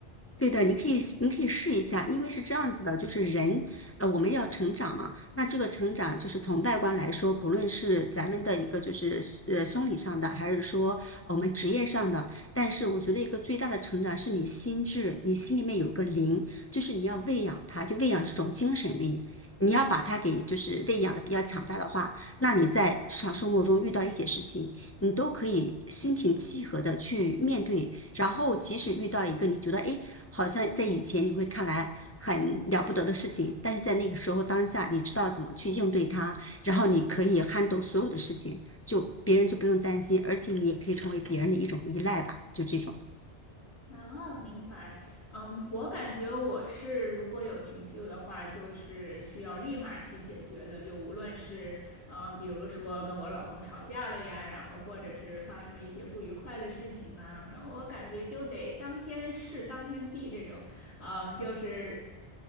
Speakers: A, on the left; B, on the left.
A: 对的，你可以你可以试一下，因为是这样子的，就是人，呃，我们要成长嘛。那这个成长就是从外观来说，不论是咱们的一个就是呃生理上的，还是说呃我们职业上的，但是我觉得一个最大的成长是你心智，你心里面有个灵，就是你要喂养它，就喂养这种精神力。你要把它给就是喂养的比较强大的话，那你在日常生活中遇到一些事情，你都可以心平气和的去面对，然后即使遇到一个你觉得哎好像在以前你会看来很了不得的事情，但是在那个时候当下，你知道怎么去应对它，然后你可以撼动所有的事情，就别人就不用担心，而且你也可以成为别人的一种依赖吧，就这种。
B: 哦，明白。嗯，我感觉我是如果有情绪的话，就是需要立马去解决的。就无论是嗯，比如说跟我老公吵架了呀，然后或者是发生了一些不愉快的事情啊，然后我感觉就得当天事当天毕这种。嗯，就是